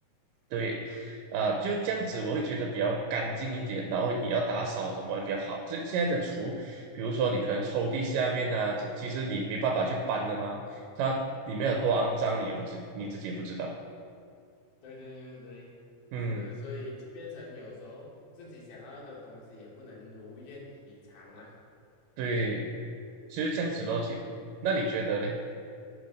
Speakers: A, on the right; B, on the left.
A: 对，啊、就这样子，我会觉得比较干净一点。然后你要打扫什么也比较好。这现在的厨，比如说你可能抽屉下面啊，这其实你没办法去搬的嘛，它里面有多肮脏，
B: 嗯，
A: 你也不知你自己也不知道。
B: 对对对对对，
A: 嗯，
B: 是，所以就变成有时候自己想要的东西也不能如愿以偿啦。
A: 对，其实这样子咯。其那你觉得嘞？
B: 嗯，